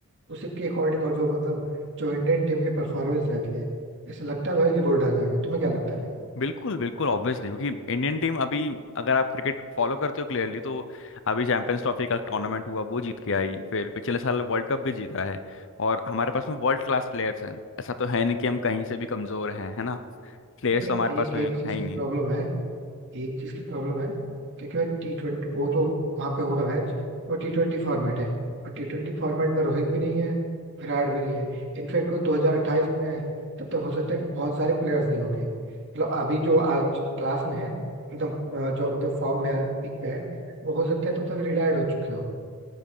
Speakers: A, on the right; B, on the left.
A: उसी के अकॉर्डिंग और जो मतलब जो इंडियन टीम की परफॉर्मेंस रहती है इससे लगता तो है कि गोल्ड आ जाएगा तुम्हें क्या लगता है नहीं
B: बिल्कुल बिल्कुल ऑब्वियसली क्योंकि इंडियन टीम अभी अगर आप क्रिकेट फॉलो करते हो क्लियरली तो अभी चैंपियंस ट्रॉफी का टूर्नामेंट हुआ वो जीत के आई फिर पिछले साल वर्ल्ड कप भी जीता है और हमारे पास में वर्ल्ड क्लास प्लेयर्स हैं ऐसा तो है नहीं कि हम कहीं से भी कमज़ोर हैं है ना प्लेयर्स
A: नहीं नहीं
B: तो हमारे पास
A: एक
B: में
A: एक चीज
B: है ही
A: की
B: नहीं।
A: प्रॉब्लम है एक चीज की प्रॉब्लम है क्योंकि भाई टी ट्वेंटी वो तो वहां पे होगा मैच वो टी ट्वेंटी फॉर्मेट है और टी ट्वेंटी फॉर्मेट में रोहित भी नहीं है विराट भी नहीं है इनफैक्ट वो 2028 में है तब तक हो सकता है बहुत सारे प्लेयर्स नहीं होंगे मतलब अभी जो आज क्लास में है एकदम अ, जो जो फॉर्म में है पीक पे है वो हो सकता है तब तक रिटायर्ड हो चुके हो